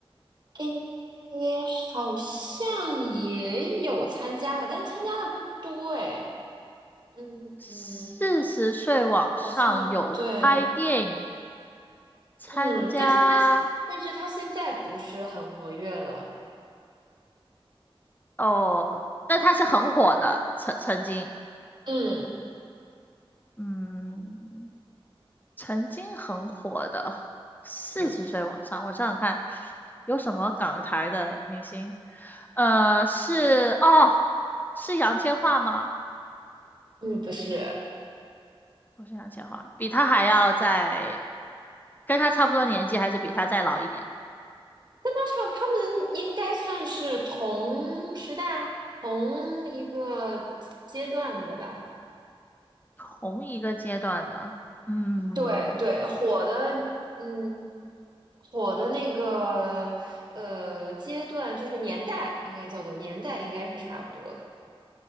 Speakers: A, on the right; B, on the left.
A: 诶，好像也有参加吧，但参加的不多诶。嗯，
B: 四十岁往上有拍电影，
A: 好像对，
B: 参加
A: 嗯，但是他但是他现在不是很活跃了。
B: 哦，但他是很火的，曾曾经，
A: 嗯
B: 嗯，曾经很火的，四十岁往上，
A: 嗯
B: 我想想看，有什么港台的明星？呃，是哦，是杨千嬅吗？
A: 嗯，不是，
B: 不是杨千嬅，比他还要再跟他差不多年纪，还是比他再老一点？
A: 跟他差，他们应该算是同时代、同一个阶段的吧。
B: 同一个阶段的，嗯
A: 对对，火的，嗯，火的那个呃阶段就是年代，应该叫做年代，应该是差不多的。